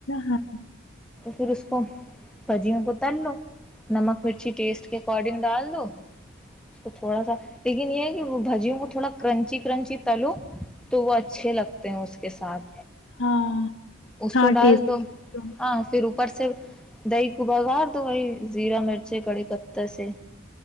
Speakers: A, on the left (about 80°); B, in the centre.
A: ہاں
B: پھر اس بھجیوں کو تل لو نمک مرچی ٹیسٹ کے اکارڈنگ ڈال دو اس کو تھوڑا سا لیکن یہ ہے کہ وہ بھجیوں کو تھوڑا کرنچی کرنچی تلو تو وہ اچھے لگتے ہیں اس کے ساتھ
A: ہاں
B: اس
A: ہاں
B: کو ڈال
A: ٹیسٹ
B: دو ہاں پھر اوپر سے دہی کو بگا دو وہی زیرا مرچے کڑی پت سے